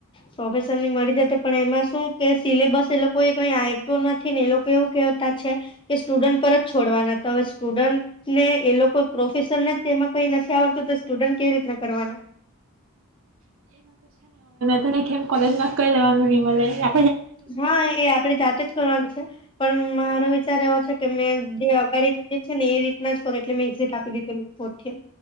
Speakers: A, on the left; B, on the right.
A: પ્રોફેસરની મળી જતી પણ એમાં શું કે સિલેબસ એ લોકોએ કઈ આપ્યો નથી ને એ લોકો એવું કહેતા છે, કે સ્ટુડન્ટ પરત છોડવાના તો હવે સ્ટુડન્ટને એ લોકો પ્રોફેસરને તેમાં કઈ નથી આવડતું તો સ્ટુડન્ટ કેવી રીતના કરવાના.
B: ત એમ કોલેજમાં કઈ લેવાનું નહી મળે એ
A: હા એ આપડે જાતે જ કરવાની છે. પણ મારો વિચાર એવો છે કે મેં જે અગડી જે છે ને એ રીતના જ કરું એટલે મેં એક્ઝિટ આપી દીધી ફોર્થ યર,